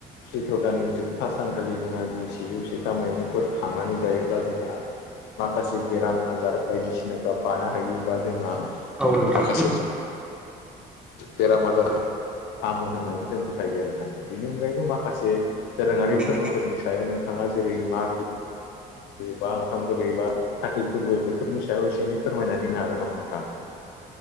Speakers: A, on the left; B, in the centre.
A: सैथ्र' दाननि जोबथा सानखालि जोंहा जि सेजौ सिथा मैगंफोर खांनानै जायोब्ला जोंहा माखासे बेराम आजार बायदिसिनाफ्रा बानो हायोबा जोंहा
B: औ नोंथां
A: माखासे बेराम आजार हामो होननानै जों फोथायो आरोना बेनि अनगायैबो माखासे दोरोङारि
B: नंगौ नोंथां
A: फोरबोफोरनि सायाव नोंथाङा जेरै मागो बा ओंखाम गोरलै बा खाथि फोरबो बेफोरनि सायाव एसे एनै फोरमायनानै होनो हागोन नामा नोंथां